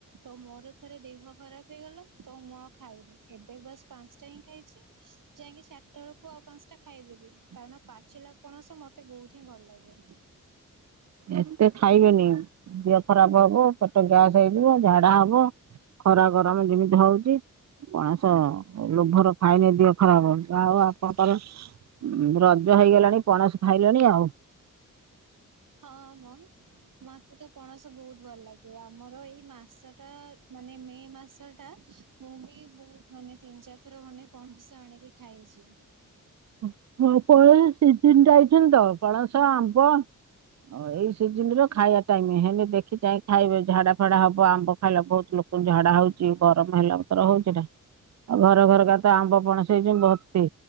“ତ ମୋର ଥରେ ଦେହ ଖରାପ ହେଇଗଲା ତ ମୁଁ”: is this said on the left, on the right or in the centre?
Right